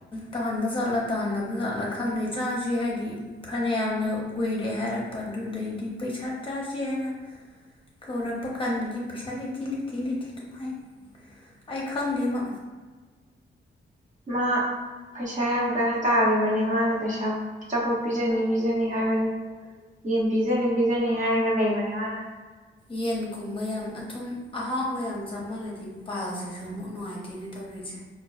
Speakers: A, on the left; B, on the right.
A: ꯇꯥꯥꯟꯕ ꯖꯥꯠꯂꯥ ꯇꯥꯟꯗꯕ ꯖꯥꯠꯂꯥ ꯈꯪꯗꯦ ꯆꯥꯥꯁꯦ ꯍꯥꯏꯗꯤ ꯐꯅ ꯌꯥꯝꯅ ꯀꯨꯏꯔꯦ ꯍꯥꯏꯔꯛꯄ ꯑꯗꯨꯗꯩꯗꯤ ꯄꯩꯁꯥ ꯆꯥꯥꯁꯦ ꯍꯥꯏꯅ ꯀꯧꯔꯛꯄ ꯀꯥꯟꯗꯗꯤ ꯄꯩꯁꯥ ꯂꯩꯇꯤ ꯂꯩꯇꯤ ꯂꯩꯇꯤ ꯑꯗꯨꯝ ꯍꯥꯏ ꯑꯩ ꯈꯪꯗꯦ ꯃꯥ
B: ꯃꯥ ꯄꯩꯁꯥ ꯌꯥꯝ ꯀꯟꯅ ꯇꯥꯜꯂꯤꯕꯅꯤ ꯃꯥꯅ ꯄꯩꯁꯥ ꯑꯆꯥꯄꫭꯠ ꯄꯤꯖꯅꯤ ꯄꯤꯖꯅꯤ ꯍꯥꯏꯕꯅꯦ ꯌꯦꯟ ꯄꯤꯖꯅꯤ ꯄꯤꯖꯅꯤ ꯍꯥꯏꯔꯒ ꯂꯩꯕꯅꯦ ꯃꯥꯅ
A: ꯌꯦꯟꯒꯨꯝꯕ ꯌꯥꯝ ꯑꯊꯨꯝ ꯑꯍꯥꯎꯕ ꯌꯥꯝ ꯆꯥꯃꯜꯂꯗꯤ ꯄꯥꯏꯜꯁꯤꯁꯨ ꯑꯃꯨꯛ ꯅꯨꯡꯉꯥꯏꯇꯦꯅꯦ ꯇꯧꯔꯤꯁꯦ